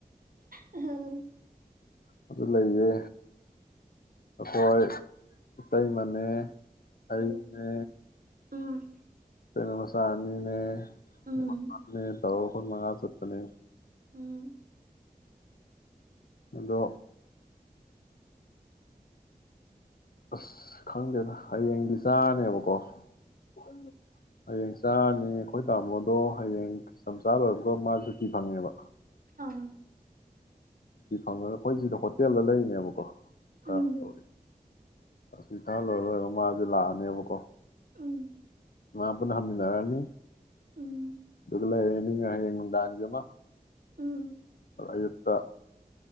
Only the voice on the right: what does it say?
ꯎꯝ
ꯎꯝ
ꯎꯝ
ꯎꯝ
ꯎꯝ
ꯑꯥ
ꯎꯝ
ꯎꯝ
ꯎꯝ
ꯎꯝ